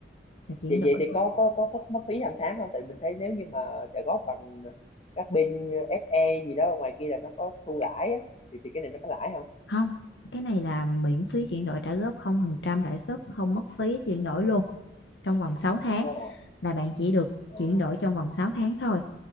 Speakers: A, on the left (about 85°); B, on the left (about 35°).
A: là chuyển
B: vậy
A: đổi
B: vậy thì
A: luôn
B: có có có mất mất phí hàng tháng không tại mình thấy nếu như mà trả góp bằng các bên FE gì đó ngoài kia là nó có thu lãi á thì thì cái này nó có lãi không
A: không cái này là miễn phí chuyển đổi trả góp không phần trăm lãi suất không mất phí chuyển đổi luôn trong vòng sáu tháng
B: wow.
A: là bạn chỉ được
B: ờ.
A: chuyển đổi trong vòng 6 tháng thôi